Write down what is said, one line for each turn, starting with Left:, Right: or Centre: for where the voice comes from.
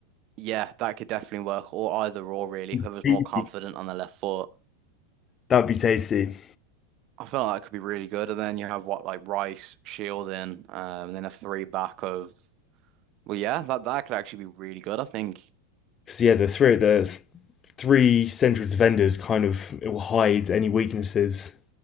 Right: Yeah, that could definitely work, or either or really, whoever's
Left: <laughs>
Right: more confident on the left foot.
Left: That'd be tasty.
Right: I feel like that could be really good. And then you have what like Rice, Shielding, um, and then a three back of. Well, yeah, that that could actually be really good, I think.
Left: Because yeah, the three the three central defenders kind of it will hide any weaknesses